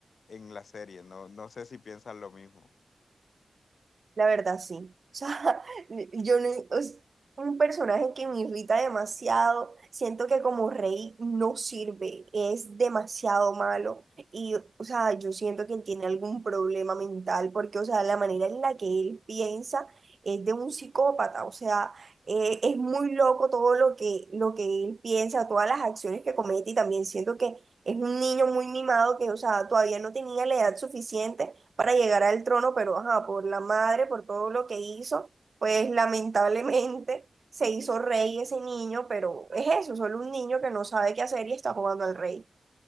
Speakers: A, on the left; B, on the right.
A: en la serie. No, no sé si piensan lo mismo.
B: La verdad, sí. O sea, <laughs> yo no, es un personaje que me irrita demasiado. Siento que como rey no sirve, es demasiado malo. Y, o sea, yo siento que él tiene algún problema mental, porque, o sea, la manera en la que él piensa es de un psicópata. O sea, eh, es muy loco todo lo que, lo que él piensa, todas las acciones que comete. Y también siento que es un niño muy mimado que, o sea, todavía no tenía la edad suficiente para llegar al trono, pero ajá, por la madre, por todo lo que hizo, pues lamentablemente se hizo rey ese niño, pero es eso, solo un niño que no sabe qué hacer y está jugando al rey.